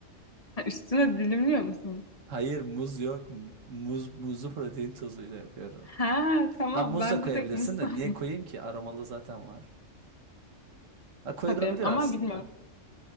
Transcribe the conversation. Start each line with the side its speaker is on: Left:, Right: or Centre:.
Left: Ha, üstüne dilimliyor musun?
Right: Hayır muz yok. M- Muz muzlu protein tozuyla yapıyorum.
Left: Ha tamam
Right: Ha muz
Left: ben
Right: da koyabilirsin
Left: direkt muz sandım.
Right: de niye koyayım ki? Aromalı zaten var. Ha
Left: <laughs>
Right: koyulabilir
Left: Tabii ama
Right: aslında.
Left: bilmiyorum.